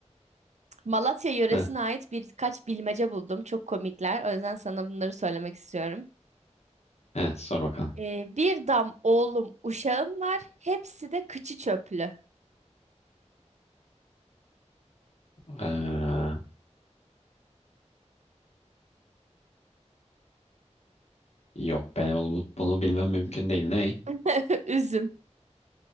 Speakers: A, on the right (about 70°); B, on the left (about 60°).
A: Malatya yöresine
B: <laughs>
A: ait birkaç bilmece buldum. Çok komikler. O yüzden sana bunları söylemek istiyorum.
B: Heh, sor bakalım.
A: Ee, bir dam oğlum uşağım var. Hepsi de kıçı çöplü.
B: Ee, yok ben bunu, bunu bilmem mümkün değil. Ney?
A: <laughs> Üzüm.